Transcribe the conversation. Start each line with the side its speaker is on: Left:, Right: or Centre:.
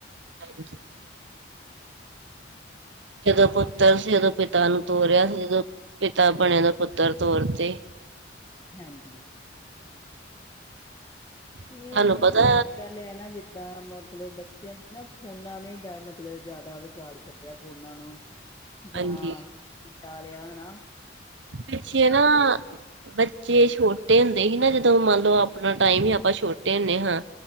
Right: ਹਾਂਜੀ। ਜਦੋਂ ਪੁੱਤਰ ਸੀ ਉਦੋਂ ਪਿਤਾ ਨੂੰ ਤੋਰਿਆ ਸੀ ਜਦੋਂ ਪਿਤਾ ਬਣਿਆ ਦੇ ਪੁੱਤਰ ਤੌਰ ਤੇ
Left: ਹਾਂਜੀ। ਇਹ
Right: ਤੁਹਾਨੂੰ
Left: ਜਿਹੜੀ
Right: ਪਤਾ
Left: ਅੱਜ ਕੱਲ ਹੈ ਨਾ ਜਿੱਦਾਂ ਮਤਲਬ ਬੱਚਿਆਂ ਨੇ ਨਾ ਫੋਨਾ ਨੇ ਮਤਲਬ ਜਿਆਦਾ ਵਿਗਾੜ ਛੱਡਿਆ ਫੋਨਾ ਨੂੰ। ਜਾਂ
Right: ਹਾਂਜੀ
Left: ਤਾ ਲਿਆ ਹੋਣਾ।
Right: ਬੱਚੇ ਨਾ ਬੱਚੇ
Left: ਹੂੰ
Right: ਛੋਟੇ ਛੋਟੇ ਹੁੰਦੇ ਸੀ ਨਾ, ਜਦੋਂ ਮੰਨ ਲਓ ਆਪਣਾ ਟਾਈਮ ਹੀ ਆਪਾਂ ਛੋਟੇ ਹੁੰਦੇ ਹਾਂ,